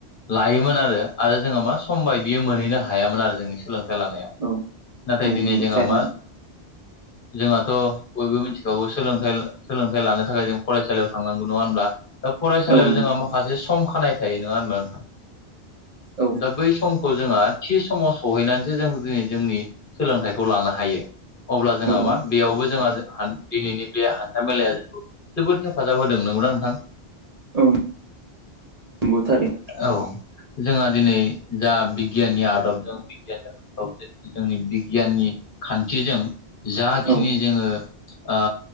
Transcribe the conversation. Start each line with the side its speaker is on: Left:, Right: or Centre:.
Left: लायोमोन आरो आरो जोंहा मा सम बाय बियो मोनहैनो हायामोन आरो जोंनि सोलोंथाइ लानाया
Right: औ
Left: नाथाय
Right: औ
Left: दिनै
Right: नंगौ
Left: जोंहा
Right: थारैनो
Left: मा जोंहाथ' बयबो मिथिखागौ सोलोंथाइ सोलोंथाइ लानो थाखाय जों फरायसालियाव थांनांगौ नङा होनब्ला दा फरायसालियाव
Right: औ नंगौ
Left: जोंहा माखासे सम खानाय थायो नङा होनबा नोंथां
Right: औ
Left: दा बै सम खौ जोंहा थि समाव सहैनानैसो जों दिनै जोंनि सोलोंथाइखौ लानो हायो अब्ला जोंहा
Right: औ
Left: मा बेयावबो जोंहा हान दिनैनि बे हान्था मेलाया जोंखौ जोबोद हेफाजाब होदों नंगौ ना नोंथां
Right: औ नोंगौ थारै
Left: औ जोंहा दिनै जा बिगियाननि आदबजों <unintelligible> जोंनि बिगियाननि खान्थिजों जाखिनि
Right: औ
Left: जोङो ओ